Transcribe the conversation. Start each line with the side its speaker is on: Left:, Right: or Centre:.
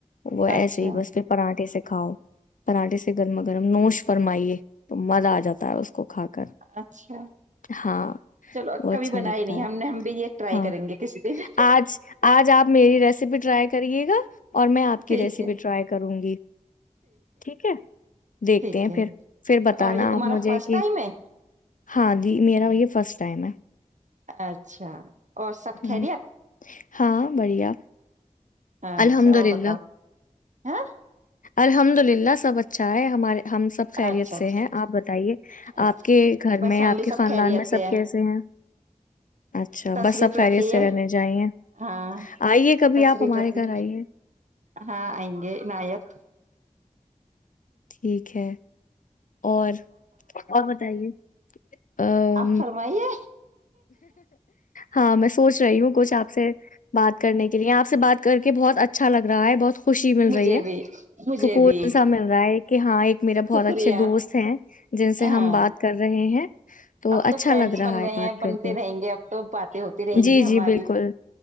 Left: وہ ایسا
Right: اچھا
Left: صی بس پ پراٹے سک کاؤ پراٹھے سے گرما گرم نوش فرمائیے تو مزہ آ جاتا ہے اس کو کھا کے
Right: اچھا
Left: ہاں
Right: چلو
Left: وہ
Right: کبھی
Left: اچھا
Right: بنائی
Left: لگتا
Right: نہیں
Left: ہے
Right: ہم نے ہم بھی یہ ٹرائی
Left: ہاں
Right: کریں گے کسی دن
Left: آج آج آپ میری ریسیپی ٹرائی کرے گا اور میں آپ کی
Right: ٹھیک
Left: ریس
Right: ہے
Left: ٹرائی کروں گی ٹھیک ہے دیکھتے
Right: ٹھیک
Left: ہیں
Right: ہے
Left: پھر پھر بتانا
Right: اور یہ تمہارا
Left: آپ مجھے
Right: فرسٹ
Left: کہ
Right: ٹائم ہے
Left: ہاں جی میرا یہ فسٹ ٹائم ہے
Right: اچھا اور سب
Left: ہوں،
Right: خیریت
Left: ہاں بڑھیا
Right: اچھا
Left: الحمد
Right: اور
Left: للہ
Right: بتاؤ ہاں
Left: الحمد للہ سب اچھا ہے ہمارے ہم سب خیریت
Right: اچھا
Left: سے
Right: اچھا
Left: ہیں آپ بتائیے
Right: اچھا
Left: آپ کے گھر
Right: بس
Left: میں
Right: ہم
Left: آپ
Right: بھی
Left: کے
Right: سب
Left: خاندان
Right: خیریت
Left: میں
Right: سے
Left: سب
Right: ہیں
Left: کیسے ہیں اچھا
Right: تشریف
Left: بس سب خریت
Right: رکھیے
Left: سے رہنے جائے
Right: ہاں
Left: آئیے کبھی
Right: تشریف
Left: آپ ہمارے
Right: رکھیے
Left: گھر آئیے
Right: ہاں آئیں گے نایک
Left: ٹھیک ہے اور اور بتائیے ا
Right: آپ فرمائیے
Left: ہاں میں سوچ رہی ہوں کچھ آپ سے بات کرنے کے لیے آپ بات کر کے بہت اچھا لگ رہا رہا ہے بہت خوشی مل
Right: مجھے
Left: رہی ہے
Right: بھی مجھے
Left: سکون
Right: بھی
Left: سا مل رہا ہے کہ ہاں ایک میرا بہت
Right: شکریہ
Left: اچھے دوست ہیں جن سے
Right: ہاں
Left: ہم بات کر رہے ہیں
Right: اب تو
Left: اچھا
Right: فرینڈس
Left: لگ رہا
Right: بن
Left: ہے
Right: گئے
Left: بات
Right: ہیں
Left: کر
Right: بن
Left: کے
Right: رہیں گے اب تو باتیں ہوتی رہیں
Left: جی،
Right: گی ہماری
Left: جی، بالکل،